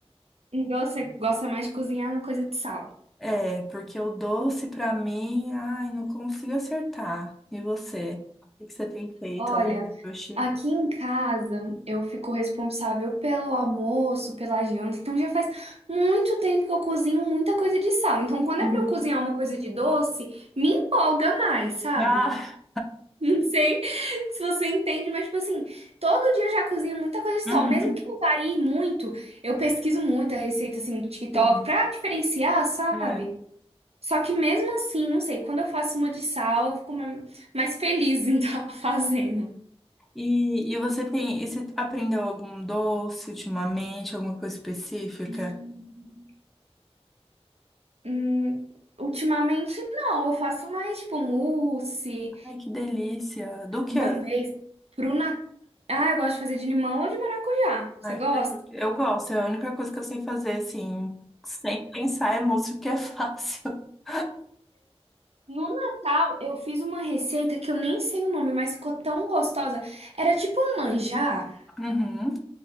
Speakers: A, on the right; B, in the centre.
A: Então você gosta mais de cozinhar uma coisa de sal.
B: É, porque o doce pra mim, ai, não consigo acertar. E você? O que que você tem feito
A: Olha,
B: além do doce?
A: aqui em casa eu fico responsável pelo almoço, pela janta, então já faz muito tempo que eu cozinho muita coisa de sal. Então quando
B: Uhum.
A: é pra eu cozinhar uma coisa de doce, me empolga mais, sabe?
B: Ah,
A: Não sei <laughs> se você entende, mas, tipo assim, todo dia eu já cozinho muita coisa de
B: uhum.
A: sal. Mesmo que eu varie muito, eu pesquiso muita receita, assim, no TikTok,
B: Sim.
A: pra diferenciar, sabe?
B: É.
A: Só que mesmo assim, não sei, quando eu faço uma de sal, eu fico ma- mais feliz em <laughs> estar fazendo.
B: E, e você tem, e você aprendeu algum doce ultimamente, alguma coisa específica?
A: Hum. Hum, ultimamente, não. Eu faço mais, tipo, mousse,
B: Ai, que delícia! Do quê?
A: uma vez. Pro Natal. Ah, eu gosto de fazer de limão ou de maracujá. Você
B: Ai,
A: gosta?
B: que delícia. Eu gosto, é a única coisa que eu sei fazer, assim, sem pensar é música, que é fácil. <laughs>
A: No Natal, eu fiz uma receita que eu nem sei o nome, mas ficou tão gostosa. Era tipo um manjar,
B: Uhum.